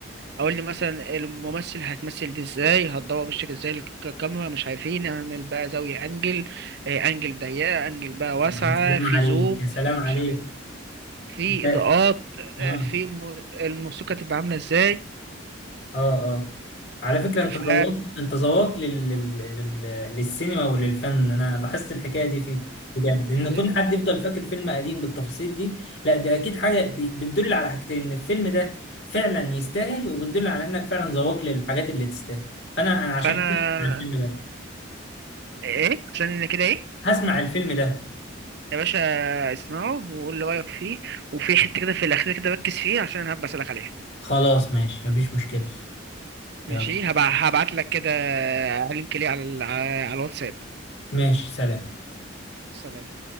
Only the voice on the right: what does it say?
اقول لي مثلا الممثل هتمثل دي ازاي هتدور وشك ازاي الكاميرا مش عارفين اعمل بقى زاوية انجل آه، انجل ضيقة انجل بقى واسعة
في
زوم
في
مش عارف في
اضاءات
آه، في م- الموسيقى تبقى عاملة ازاي
ف
<laughs>
ب-
فانا
ايه عشان انا كده ايه
يا باشا اسمعه وقول لي رايك فيه وفي حته كده في الاخير كده ركز فيه عشان انا هبقى اسالك عليها
ماشي
هبع... هبعت لك كده لينك ليه على ال- على الواتساب
سلام